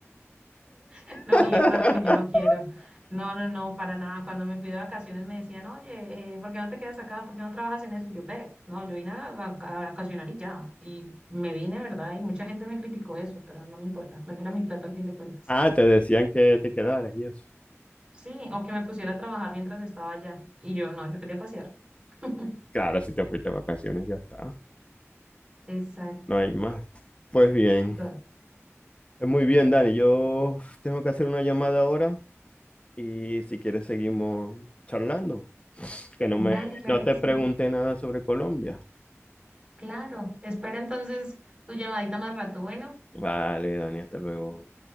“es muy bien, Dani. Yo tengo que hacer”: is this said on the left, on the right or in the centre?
Left